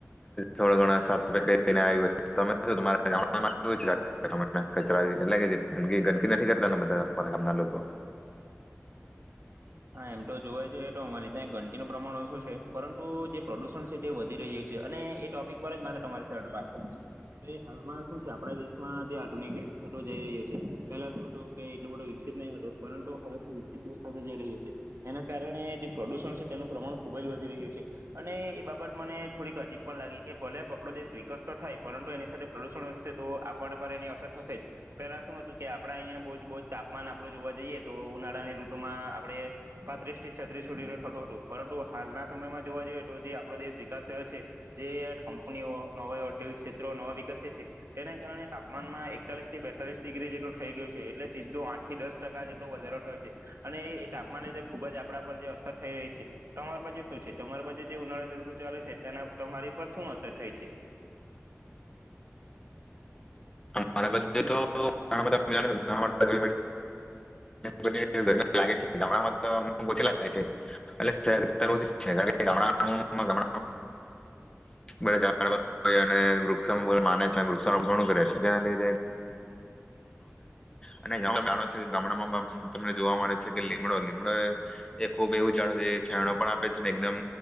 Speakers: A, on the left (about 15°); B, on the right (about 65°).
A: થોડો ઘણો સાફ સફાઈ કરીને આયવો, તમે? <unintelligible> તમારા ગામડામાં? કચરા <unintelligible> એટલે જે ગંદ ગંદકી નથી કરતા ને, બધા તમારા ગામના લોકો?
B: હા, એમ ટો જોવા જએ ટો અમારી ત્યાં ગંદકીનું પ્રમાણ ઓછું છે, પરંતુ જે પ્રદૂષણ છે તે વધી રહ્યું છે, અને એ ટોપિક પર જ મારે તમારી સાથે વાત કરું છે. કે હાલમાં શું છે આપણા દેશમાં જે આધુનિક દેશ થતો જઈ રહ્યો છે, પેલા શું હતું કે એટલું બધું વિકસિત નહીં હતું, પરંતુ હવે શું વિકસિત દેશ થતો જઈ રહ્યો છે. છે, એના કારણે જે પ્રદુષણ છે, તેનું પ્રમાણ ખૂબ જ વધી રહ્યું છે, અને એ બાબત મને થોડીક અજીબ પણ લાગી, કે ભલે આપણો દેશ વિકસતો થાય પરંતુ એની સાથે પ્રદૂષણ વધશે તો આપણને પર એની અસર થશે જ, પેલા શું હતું કે આપણા અહીંયા બહુ જ બહુ જ તાપમાન આપડું જોવા જઈએ તો ઉનાળાની ઋતુમાં આપણે પાંત્રીસથી છત્રીસ સુધીન થતું હતું, પરંતુ હાલના સમયમાં જોવા જઈએ, તો જે આપણો દેશ વિકાસ થયો છે, જે કંપનીઓ નવા ઔદ્યોગિક ક્ષેત્રો નવા વિકસ્યા છે તેના કારણે તાપમાનમાં એકતાલીસ થી બેતાલીસ ડિગ્રી જેટલું થઈ ગયું છે, એટલે સીધું આઠ થી દસ ટકા જેટલો વધારો થયો છે અને એ તાપ માનને લીધે ખૂબ જ આપણા પર જે અસર થઈ રહી છે, તમારી બાજુ શું છે, તમારી બાજુ જે ઉનાળાની ૠતુ ચાલે છે, તેના તમારી પર શું અસર થઈ છે?
A: મારા બધે તો ઘણાબધા <unintelligible> અને બધી રીતે લાગે છે, ગામડામાં તો અમુક ઓછી એટ ઓછું છે <unintelligible> વધુ ઝાડ લોકો વૃક્ષને છેૃક્ષ ઘણું કરે છે એના લીધે <unintelligible> અને ગામ ગ ગામડામાં તમને જોવા મળે છે, કે લીમડો લીમડો એ ખુબ એવું જાડ છે જે છેડો પણ આપે છે, એકદમ